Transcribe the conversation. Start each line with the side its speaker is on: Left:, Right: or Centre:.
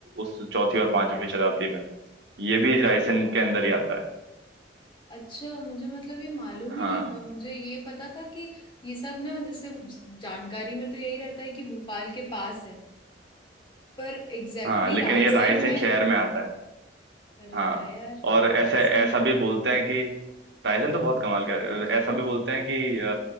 Right: उस चौथी और पांचवी शताब्दी में ये भी रायसेन के अंदर ही आता है
Left: अच्छा मुझे मतलब ये मालूम
Right: हाँ
Left: ही नहीं था मुझे ये पता था कि ये सब ना जैसे जानकारी में तो यही रहता है कि भोपाल के पास है पर एग्जैक्टली
Right: हाँ लेकिन
Left: exactly रायसेन
Right: ये रायसेन
Left: में
Right: शहर में आता है
Left: अरे
Right: हाँ
Left: वाह यार
Right: और ऐसे
Left: रायसेन
Right: ऐसा भी बोलते हैं कि रायसेन तो बहुत कमाल का है ऐसा भी बोलते हैं कि अ,